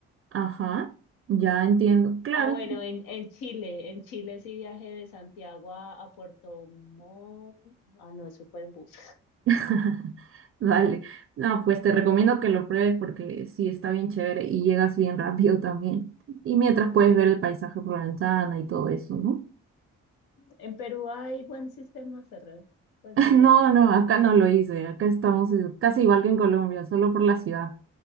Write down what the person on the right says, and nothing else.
Ajá, ya entiendo. Claro,
<laughs> Vale. No, pues te recomiendo que lo pruebes porque sí está bien chévere y llegas bien rápido también. Y mientras puedes ver el paisaje por la ventana y todo eso, ¿no?
<laughs>
No, no, acá no lo hice. Acá estamos eh, casi igual que en Colombia, solo por la ciudad.